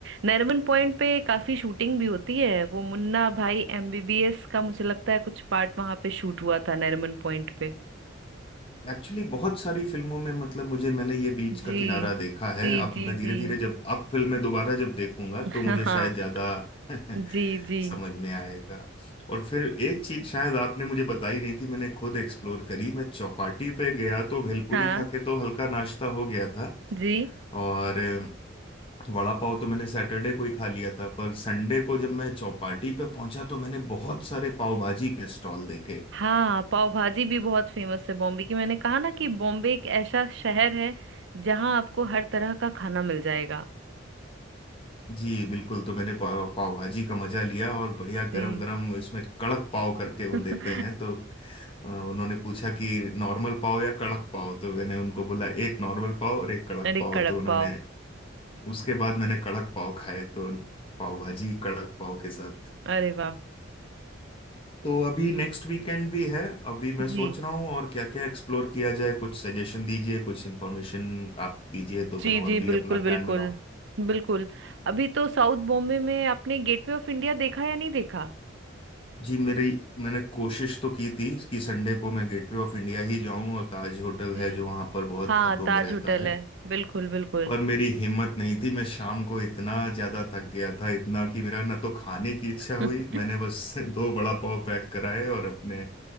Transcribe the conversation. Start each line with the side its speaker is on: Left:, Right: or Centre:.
Right: नरीमन पॉइंट पे काफी शूटिंग भी होती है वो मुन्ना भाई एमबीबीएस का मुझे लगता है कुछ पार्ट वहां पे शूट हुआ था नरीमन पॉइंट पे
Left: एक्चुअली बहुत सारी फिल्मों में मतलब मुझे मैंने ये बीच का
Right: जी
Left: किनारा देखा है
Right: जी
Left: अब
Right: जी
Left: मैं धीरे
Right: जी
Left: धीरे जब अब फिल्में दोबारा जब देखूंगा
Right: हाँ
Left: तो मुझे शायद ज्यादा <laughs>
Right: जी जी
Left: समझ में आएगा और फिर एक चीज शायद आपने मुझे बताई नहीं थी मैंने खुद एक्सप्लोर करी मैं चौपाटी पे गया तो भेलपूरी
Right: हाँ
Left: खा के तो हल्का नाश्ता हो गया था
Right: जी
Left: और अ, वड़ा पाव तो मैंने सैटरडे को ही खा लिया था पर संडे को जब मैं चौपाटी पे पहुंचा तो मैंने बहुत सारे पाव भाजी के स्टॉल देखे
Right: हाँ पाव भाजी भी बहुत फेमस है बॉम्बे की मैंने कहा ना कि बॉम्बे एक ऐसा शहर है जहाँ आपको हर तरह का खाना मिल जाएगा
Left: जी बिल्कुल तो मैंने पाव, पाव भाजी का मजा लिया और बढ़िया
Right: जी
Left: गरम गरम इसमें कड़क पाव करके वो
Right: <laughs>
Left: देते हैं तो अ, उन्होंने पूछा कि नॉर्मल पाव या कड़क पाव तो मैंने उनको बोला एक नॉर्मल पाव और एक कड़क
Right: अरे
Left: पाव
Right: कड़क
Left: तो उन्होंने
Right: पाव
Left: उसके बाद मैंने कड़क पाव खाए तो पाव भाजी कड़क पाव के साथ
Right: अरे वाह
Left: तो अभी नेक्स्ट वीकेंड भी है अभी मैं
Right: जी
Left: सोच रहा हूँ और क्या क्या एक्सप्लोर किया जाए कुछ सजेशन दीजिए कुछ इन्फॉर्मेशन आप दीजिए तो मैं
Right: जी
Left: और
Right: जी
Left: भी
Right: बिल्कुल
Left: अपना
Right: बिल्कुल
Left: प्लान बनाऊँ
Right: बिल्कुल अभी तो साउथ बॉम्बे में आपने गेटवे ऑफ इंडिया देखा या नहीं देखा
Left: जी मेरी मैंने कोशिश तो की थी कि संडे को मैं गेटवे ऑफ इंडिया ही जाऊं और ताज होटल
Right: जी
Left: है जो वहां पर बहुत
Right: हाँ
Left: खबरों
Right: ताज
Left: में रहता
Right: होटल
Left: है
Right: है बिल्कुल बिल्कुल
Left: पर मेरी हिम्मत नहीं थी मैं शाम को इतना ज्यादा थक गया था इतना कि मेरा ना तो खाने की इच्छा हुई
Right: <laughs>
Left: मैंने बस <laughs> दो बड़ा पाव पैक कराए और अपने